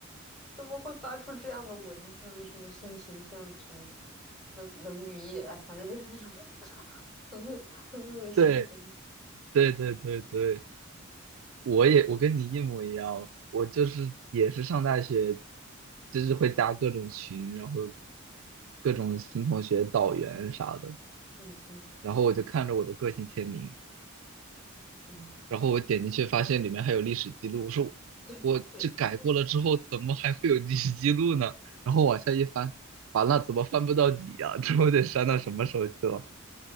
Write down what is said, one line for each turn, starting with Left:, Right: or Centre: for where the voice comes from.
Centre: 怎么会发出这样的文字？什么性情像什么冷冷雨夜，哎，反正就是那种 <laughs> 很恶很恶心的东西。
Right: 对对对对对，我也我跟你一模一样，
Centre: 嗯
Right: 我就是也是上大学，就是会加各种群，然后各种新同学导员啥的，
Centre: 嗯嗯
Right: 然后我就看着我的个性签名，
Centre: 嗯，
Right: 然后我点进去发现里面还有历史记录，我说我这改过了之后怎么还会有历史记录呢？
Centre: 对对对，
Right: 然后往下一翻，完了怎么翻不到底呀、这我得删到什么时候去了？